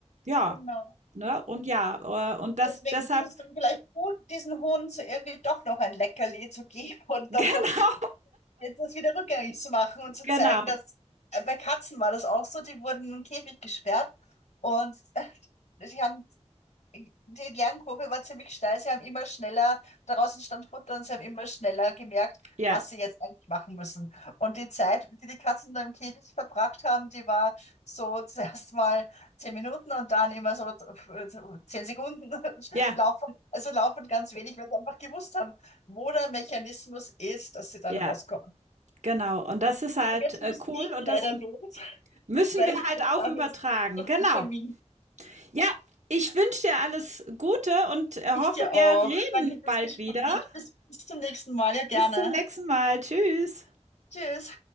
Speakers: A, on the right; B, on the left.
A: Ja,
B: Genau.
A: ne? Und ja, äh, und das
B: Deswegen
A: deshalb
B: ist es dann vielleicht gut, diesen Hunden so irgendwie doch noch ein Leckerli zu geben <laughs> und
A: <laughs> genau,
B: doch noch das wieder rückgängig zu machen und zu
A: genau.
B: zeigen, dass äh, bei Katzen war das auch so, die wurden in den Käfig gesperrt und <laughs> die haben die Lernkurve war ziemlich steil. Sie haben immer schneller, draußen stand Futter und sie haben immer schneller gemerkt,
A: Ja,
B: was sie jetzt eigentlich machen müssen. Und die Zeit, die die Katzen da im Käfig verbracht haben, die war so <laughs> zuerst mal zehn Minuten und dann immer so äh, so zehn Sekunden <laughs>
A: ja,
B: laufen, also laufen ganz wenig, weil sie einfach gewusst haben, wo der Mechanismus ist, dass sie dann
A: ja,
B: rauskommen.
A: genau. Und das ist halt,
B: Und jetzt
A: äh,
B: muss
A: cool
B: ich
A: und
B: leider
A: das
B: los, <laughs>
A: müssen
B: weil
A: wir
B: ich
A: halt auch
B: habe
A: übertragen.
B: jetzt noch
A: Genau.
B: einen Termin.
A: Ja, ich wünsche dir alles Gute und, äh, hoffe,
B: Ich dir
A: wir
B: auch.
A: reden
B: Danke fürs
A: bald
B: Gespräch.
A: wieder.
B: Bis, bis zum nächsten Mal. Ja, gerne.
A: Bis zum nächsten Mal. Tschüss.
B: Tschüss.